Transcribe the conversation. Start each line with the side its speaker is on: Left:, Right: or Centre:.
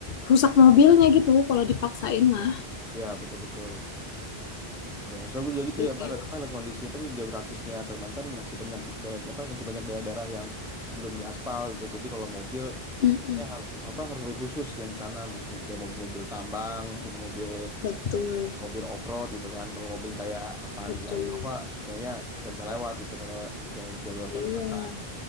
Left: rusak mobilnya gitu kalau dipaksain mah.
Centre: Ya betul-betul. Ya, soalnya gue juga gitu
Left: Jadi,
Centre: ya apa lihat apa, lihat kondisi apa tuh geografisnya Kalimantan masih banyak da- apa masih banyak daerah-daerah yang belum diaspal gitu. Jadi kalau mobil
Left: mm-mm,
Centre: Ya, harus apa harus mobil khusus yang di sana mobil- kayak mobil-mobil tambang, mobil-mobil
Left: betul.
Centre: mobil off-road gitu kan. Kalau mobil kayak Avanza
Left: Betul.
Centre: Innova kayaknya nggak bisa lewat gitu kalau jalur, jalur Kalimantan.
Left: Iya.